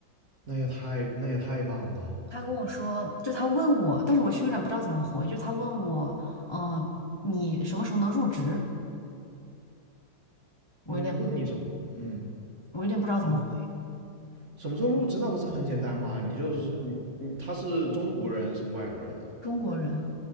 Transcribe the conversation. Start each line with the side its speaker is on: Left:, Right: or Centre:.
Right: 那也太那也太棒了。
Left: 他跟我说，就他问我，但是我其实有点不知道怎么回，就他问我，嗯，你什么时候能入职？我有点，
Right: 嗯，问你什么？嗯，
Left: 我有点不知道怎么回，
Right: 然后什么时候入职？那不是很简单吗？你就是你你他是中国人是外国人呢？
Left: 中国人。